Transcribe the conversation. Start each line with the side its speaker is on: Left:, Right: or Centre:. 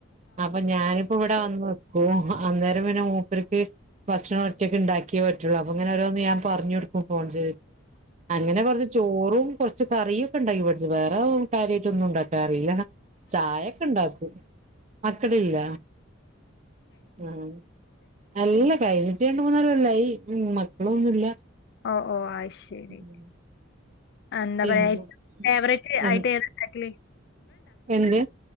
Right: അപ്പൊ ഞാനിപ്പോ ഇവിടെ വന്ന് വെക്കും അന്നേരം പിന്നെ പ്പർക്ക് ഭക്ഷണം ഒറ്റൊക്കെ ഉണ്ടാക്കി പറ്റുള്ളൂ അങ്ങനെ ഓരോന്ന് ഞൻ പറഞ്ഞു ഫോൺ ചെയ്തിട്ട് അങ്ങനെ കൊറച്ച് ചോറും കൊറച്ച് കറിയും ഒക്കെ ഉണ്ടായി ഇവിടെ വേറെ കാര്യമായിട്ടൊന്നും ഉണ്ടാക്കാറി യില്ല ചായൊക്കെ ഇണ്ടാക്കൂ അക്കടല്ല ആഹ അല്ല അല്ല കഴിഞ്ഞിട്ട് രണ്ട് മൂന്നാല് അല്ലായി മക്കളൊന്നുമില്ല
Left: ഓ ഓ ആ ശരി
Right: ഉം.
Left: എന്താ
Right: പിന്നെ
Left: പറയാ ഫേവററ്റ് ആയിട്ട്
Right: എൻ-
Left: ഏതണ്ടാക്ക
Right: എന്ത്